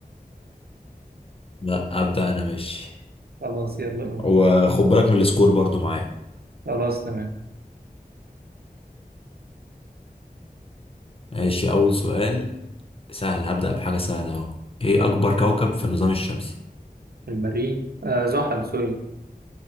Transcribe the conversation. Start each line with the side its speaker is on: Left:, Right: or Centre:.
Left: لا ابدأ انا ماشي
Right: خلاص يلا
Left: وخد بالك من السكور برضو معايا
Right: خلاص تمام
Left: ماشي اول سؤال سهل هبدأ بحاجة سهلة اهو ايه اكبر كوكب في النظام الشمسي؟
Right: المريخ آه زحل سوري